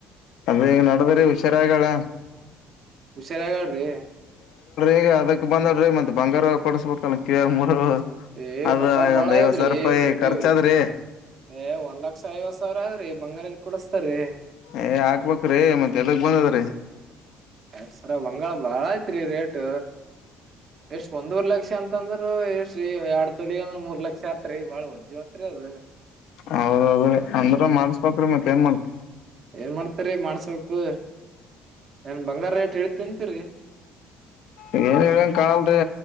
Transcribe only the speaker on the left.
ಅದೇ ಈಗ ನಡದ್ರೀ ಹುಷಾರಾಗಗಳ
ಈಗ ಅದಕ್ ಬಂದಡ್ರೀ ಮತ್ ಬಂಗಾರ ಕೊಡಸ್ಬೇಕಲ್ಲ ಕ ಮೂರು
ಅದ
ಒಂದ್
ಐವತ್ ಸಾವಿರ ರೂಪಾಯಿ
ಖರ್ಚಾದ್ರಿ
ಏ ಹಾಕ್ಬೇಕ್ರೀ ಮತ್ತತ್ ಎಲ್ಲಗ್ ಬಂದದ್ರೀ
ಹೌದ್ೌದ್ರೀ ಅಂದ್ರ ಮಾಡ್ಸ್ಬ್ರೀ ಮತ್ತ ಏನ್ ಮಾಡ್ತ
ಹಾಡು ಏನ್ ಹೇಳಂಗ ಕಾಣಲ್ರಿ